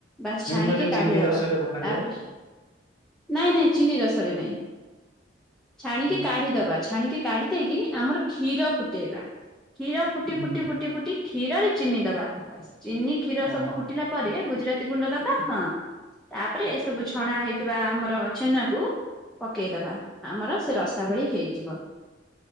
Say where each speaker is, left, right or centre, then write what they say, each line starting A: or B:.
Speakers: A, in the centre; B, on the left.
A: ବାସ୍ ଛାଣିକି
B: ପରେ
A: କାଢିଦବା
B: ଚିନି ରସରେ ପକାନ୍ତି
A: ତାପରେ
B: ବା।
A: ନାଇଁ ନାଇଁ ଚିନି ରସରେ ନାଇଁ ଛାଣିକି
B: ହୁଁ
A: କାଢି ଦବା ଛାଣିକି କାଢି ଦେଇକି ଆମର କ୍ଷୀର ଫୁଟେଇବା କ୍ଷୀର ଫୁଟି
B: ହୁଁ,
A: ଫୁଟି ଫୁଟି ଫୁଟି କ୍ଷୀରରେ ଚିନି ଦବା ବାସ ଚିନି କ୍ଷୀର
B: ଓହୋ
A: ସବୁ ଫୁଟିଲା ପରେ ଗୁଜୁରାତି ଗୁଣ୍ଡ ଦବା ହଁ। ତାପରେ ଏ ସବୁ ଛଣା ହେଇଥିବା ଆମର ଛେନାକୁ ପକେଇଦବା ଆମର ସେ ରଶାଭଳି ହେଇଯିବ।